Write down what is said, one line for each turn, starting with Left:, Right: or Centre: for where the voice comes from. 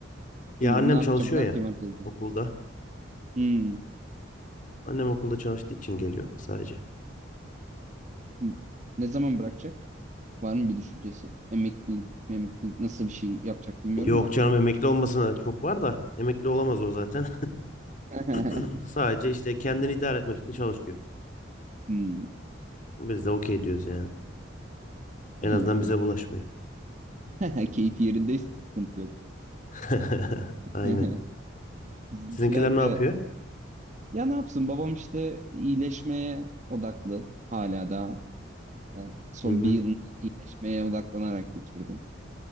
Left: Ya
Right: m-
Left: annem
Right: ne yapacaklar
Left: çalışıyor ya
Right: ki merkezde?
Left: okulda.
Right: Hmm.
Left: Annem okulda çalıştığı için geliyor sadece.
Right: Hmm. Ne zaman bırakacak? Var mı bir düşüncesi? Emeklilik, emeklilik nasıl bir şey yapacak bilmiyorum
Left: Yok
Right: da.
Left: canım emekli olmasına çok var da emekli olamaz o zaten.
Right: <laughs>
Left: <laughs> Sadece işte kendini idare etmek için çalışıyor.
Right: Hmm.
Left: Biz de okey diyoruz yani.
Right: İyi
Left: En azından
Right: ya.
Left: bize bulaşmıyor.
Right: <laughs> Keyfi yerindeyse sıkıntı yok.
Left: <laughs>
Right: <laughs>
Left: Aynen.
Right: Bizimkiler
Left: Sizinkiler ne
Right: de
Left: yapıyor?
Right: ya ne yapsın babam işte iyileşmeye odaklı hala daha. E, son
Left: Hı hı.
Right: bir yılını iyileşmeye odaklanarak geçirdi.